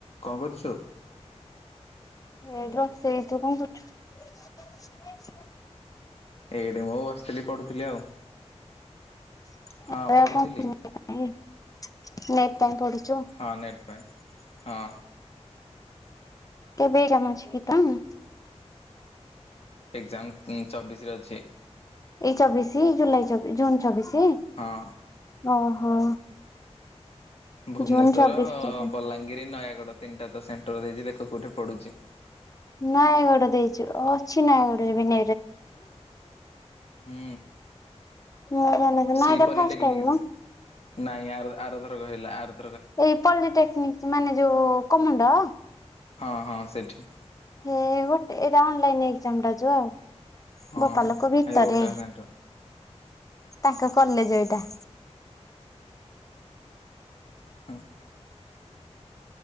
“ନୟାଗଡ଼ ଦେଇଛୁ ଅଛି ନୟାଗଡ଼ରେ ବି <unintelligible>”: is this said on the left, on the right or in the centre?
Left